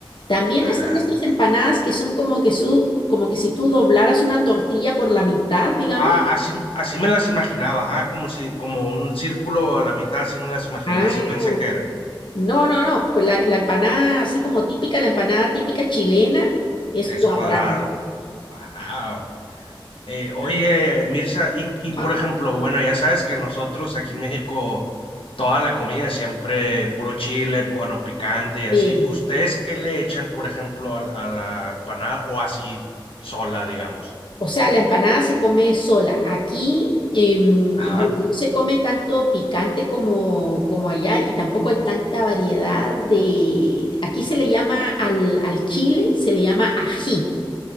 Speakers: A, on the left (about 60°); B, on the left (about 80°).
A: También
B: Ah,
A: están estas empanadas que son como que, su, como que si tú doblaras una tortilla por la mitad, digamos.
B: Ah, así, así me las imaginaba, ajá, como si, como un círculo a la mitad, así me las imaginaba,
A: Ah,
B: así pensé que era.
A: No, no, no, pues la, la empanada así como típica, la empanada típica chilena es
B: Es
A: cuadrada.
B: cuadrada. Wow. Eh, oye, Mirza, y, y
A: Ajá.
B: por ejemplo, bueno, ya sabes que nosotros aquí en México, toda la comida siempre puro chile, bueno, picante y así.
A: Sí.
B: ¿Ustedes qué le echan, por ejemplo, a, la a la empanada o así sola, digamos?
A: O sea, la empanada se come sola. Aquí, em,
B: Ajá.
A: bueno, no se come tanto picante como, como allá y tampoco hay tanta variedad de... Aquí se le llama al, al chile, se le llama ají,